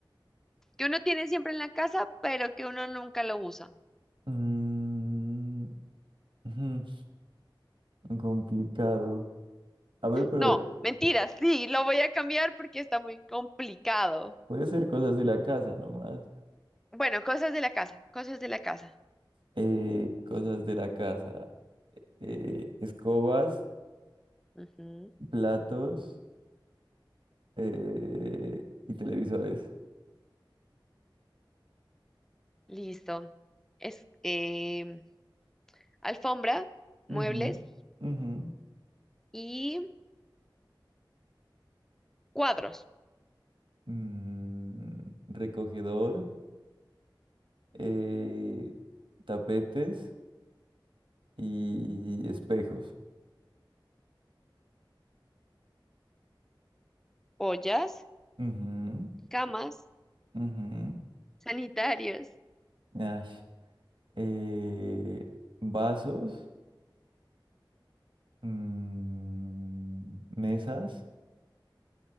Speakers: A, in the centre; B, on the right.
A: Que uno tiene siempre en la casa, pero que uno nunca lo usa.
B: mm, ujú, complicado. A ver, pero
A: No, mentiras, sí, lo voy a cambiar porque está muy complicado.
B: puede ser cosas de la casa nomás.
A: Bueno, cosas de la casa, cosas de la casa.
B: eh, cosas de la casa, eh, escobas,
A: Ujú,
B: platos eh, y televisores.
A: Listo. Es em, alfombra, muebles
B: Ujú, ujú.
A: y cuadros,
B: Mm, recogedor, eh, tapetes y espejos.
A: ollas,
B: Ujú,
A: camas,
B: ujú.
A: sanitarios.
B: Ay, eh, vasos, mm, mesas,